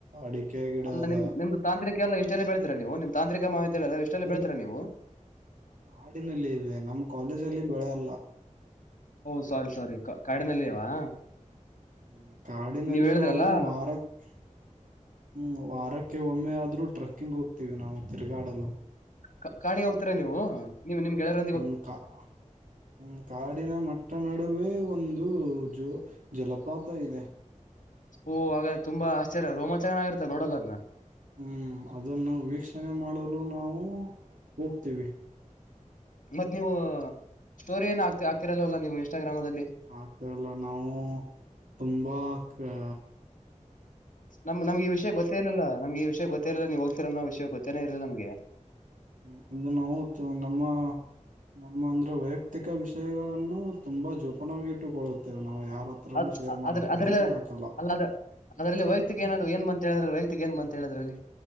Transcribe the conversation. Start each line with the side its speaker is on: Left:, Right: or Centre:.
Right: ಅಡಿಕೆ ಗಿಡ
Left: ಅಲ್ಲ
Right: ಅದ.
Left: ನಿಮ್ ನಿಮ್ದು ತಾಂತ್ರಿಕ ಇಷ್ಟೇಲ್ಲ ಬೆಳತೀರಾ ನೀವು ನಿಮ್ಮ ತಾಂತ್ರಿಕ ಮಹಾವಿದ್ಯಾಲಯದಾಗ ಇಷ್ಟೆಲ್ಲಾ
Right: ಇಲ್
Left: ಬೆಳತೀರಾ ನೀವು.
Right: ಕಾಡಿನಲ್ಲಿ ಇವೆ ನಮ್ಮ ಕಾಲೇಜಲ್ಲಿ ಬೆಳೆ ಅಲ್ಲಾ.
Left: ಓ ಸ್ವಾರಿ ಸ್ವಾರಿ ಕಾಡಿನಲ್ಲಿವಾ.
Right: ಹು ಕಾಡಿನಲ್ಲಿ
Left: ನೀವ್ ಹೇಳಿದ್ರಲ್ಲಾ
Right: ನಾವು ವಾರಕ್ಕೆ. ಹು ವಾರಕ್ಕೆ ಒಮ್ಮೆ ಆದ್ರೂ ಟ್ರಕ್ಕಿಂಗ ಹೋಗ್ತೀವಿ ನಾವು ತಿರ್ಗಾಡಲು.
Left: ಕಾ ಕಾಡಿಗೆ ಹೋಗ್ತೀರಾ ನೀವು. ನೀವು ನಿಮ್ಮ ಗೆಳೆಯರು.
Right: ಹು ಕಾ ಹು ಕಾಡಿನ ನಟ್ಟ ನಡುವೆ ಒಂದು ಜೋ ಜಲಪಾತ ಇದೆ.
Left: ಓಆಗಾ ತುಂಬಾ ಆಶ್ಚರ್ಯ ರೋಮಾಚಕನಾಗಿತ್ತೆ ನೋಡಲ್ಲದನ್ನ.
Right: ಹು ಅದನ್ನು ವೀಕ್ಷಣೆ ಮಾಡಲು ನಾವು ಹೋಗ್ತಿವಿ.
Left: ಮತ್ತ ನೀವು ಸ್ಟೋರಿ ಏನ ಹಾಕ್ತಿ ಹಾಕಿರಲ್ವಲ್ಲ ನೀವು ಇನ್ಸ್ಟಾಗ್ರಾಮ್ ದಲ್ಲಿ.
Right: ಹಾಕ್ತಾಇಲ್ಲಾ ನಾವು ತುಂಬಾ ಅ.
Left: ನಮ್ಮ ನಮ್ಮಗೆ ಈ ವಿಷ ಗೊತ್ತೆಇರ್ಲಿಲ್ಲಾ ನಮಗೆ ಈ ವಿಷಯ ಗೊತ್ತೆ ಇಲ್ಲಾ ನೀವು ಹೋಗ್ತೀರೋನ್ನೋ ವಿಷ ಗೊತ್ತೆ ಇಲ್ಲಾ ನಮಗೆ.
Right: ಹು ಅದು ನವುತ್ತು ನಮ್ಮ. ನಮ್ಮ ಅಂದ್ರೆ ವೈಯಕ್ತಿಕ ವಿಷಯಗಳನ್ನು ತುಂಬಾ ಜೋಪನವಾಗಿಟ್ಟುಕೊಳ್ಳುತ್ತೇವೆ ನಾವು ಯಾರ. ಹತ್ರನೂ
Left: ಅದ
Right: ಶೇರ್ ಮಾಡಲ್ಲ
Left: ಅದ್ರ ಅದ್ರಲ್ಲ
Right: ಅದಕ್ಕೆ ಹಾಕಲ್ಲ
Left: ಅಲ್ಲದ. ಅದ್ರಲ್ಲಿ ವೈಯಕ್ತಿಕ ಏನಾದವು ಏನ್ಂತ ಹೇಳಿದ್ರ ವೈಯಕ್ತಿಕ ಏನ್ ಅಂತ ಹೇಳದ್ರಲ್ಲಿ.